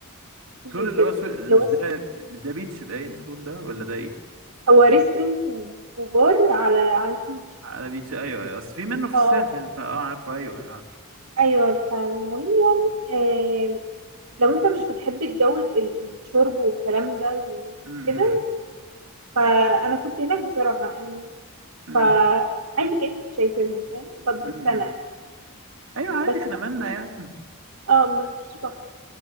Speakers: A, on the right (about 90°); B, on the right (about 65°).
A: فيه
B: سول
A: وكده
B: اللي هو سول
A: اللي
B: مش
A: هو
B: ده مش ده بيتش باين سول ده ولا ده ايه
A: هو ريستورانت وبار على على البيتش
B: على بيتش ايوه ايوه اصل في منه في
A: اه
B: الساحل
A: آه.
B: فاه عارفه ايوه ايوه عارفه
A: ايوه فالمهم يعني آه لو انت مش بتحب الجو ال- ال- الشرب والكلام ده وكده
B: امم
A: فانا كنت هناك بصراحه يعني
B: امم
A: فعادي كاني مش شايفاهم فاهم بتبسط
B: أمم.
A: انا
B: ايوه عادي
A: بس
B: احنا
A: ما
B: مالنا
A: فيش
B: يعني
A: اه ما فيش بحر